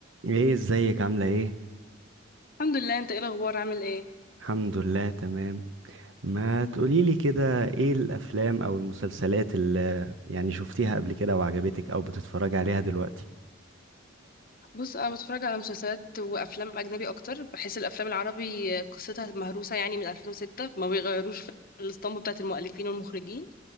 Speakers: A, on the right; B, on the left.
A: ايه ازيك عاملة ايه؟
B: الحمد لله انت ايه الاخبار عامل ايه
A: الحمد لله تمام ما تقوليلي كده ايه الافلام او المسلسلات اللي يعني شفتيها قبل كده وعجبتك او بتتفرجي عليها دلوقتي
B: بص انا بتفرج على مسلسلات وافلام اجنبي اكتر بحس الافلام العربي قصتها مهروسه يعني من 2006 ما بيغيروش في الاسطمبه بتاعه المؤلفين والمخرجين